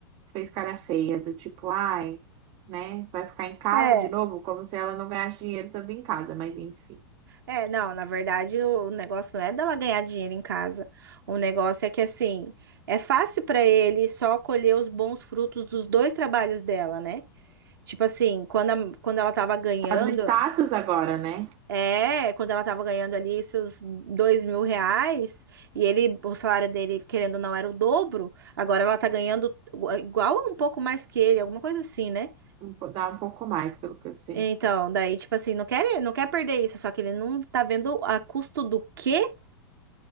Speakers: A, on the right (about 35°); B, on the right (about 70°).
A: fez cara feia, do tipo, ai, né, vai ficar em casa
B: é.
A: de novo, como se ela não ganhasse dinheiro também em casa, mas enfim.
B: É, não, na verdade o negócio não é dela ganhar dinheiro em casa. O negócio é que assim, é fácil para ele só colher os bons frutos dos dois trabalhos dela, né? Tipo assim, quando, a- quando ela tava ganhando,
A: Tá no status agora, né?
B: é, quando ela tava ganhando ali seus dois mil reais, e ele, o salário dele, querendo ou não, era o dobro, agora ela tá ganhando igual ou um pouco mais que ele, alguma coisa assim, né?
A: Um po- Dá um pouco mais, pelo que eu sei.
B: Então, daí, tipo assim, não quer, não quer perder isso, só que ele não tá vendo a custo do quê?